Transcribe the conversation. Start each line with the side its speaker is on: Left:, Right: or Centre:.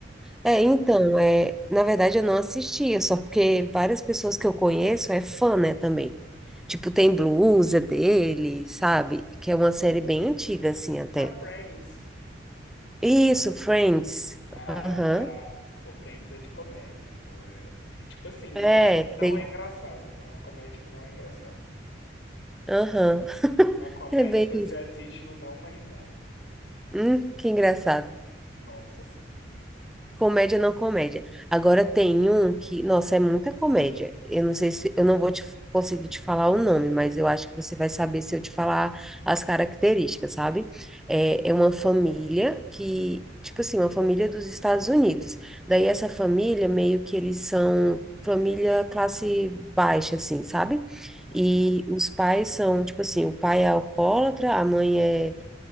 Left: Não.
Centre: É, então, é, na verdade eu não assistia, só porque várias pessoas que eu conheço é fã, né, também. Tipo, tem blusa dele, sabe? Que é uma série bem antiga, assim, até.
Left: Ah, Friends.
Centre: Isso, Friends.
Left: Ah,
Centre: Aham.
Left: tá. Pô, Friends é de comédia, pô. É- e, tipo assim,
Centre: É,
Left: não é, não
Centre: tem.
Left: é engraçado. É uma comédia que não é engraçada.
Centre: Aham. <laughs>
Left: É uma comédia
Centre: É bem
Left: que você
Centre: isso.
Left: assiste e não dá uma risada.
Centre: Hum, que engraçado.
Left: Nossa senhora.
Centre: Comédia não comédia. Agora tem um que, nossa, é muita comédia. Eu não sei se eu não vou te, conseguir te falar o nome, mas eu acho que você vai saber se eu te falar as características, sabe? É, é uma família que, tipo assim, uma família dos Estados Unidos. Daí essa família meio que eles são família classe baixa, assim, sabe?
Left: Uhum.
Centre: E os pais são, tipo assim, o pai é alcoólatra, a mãe é